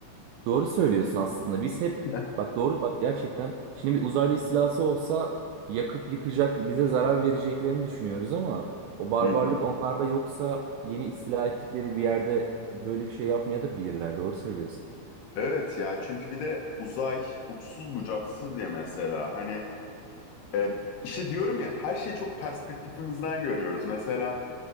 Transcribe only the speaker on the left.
<laughs>
Hı hı.
Evet ya çünkü bir de uzay uçsuz bucaksız diye mesela hani e, işte diyorum ya her şeyi çok perspektifimizden görüyoruz. Mesela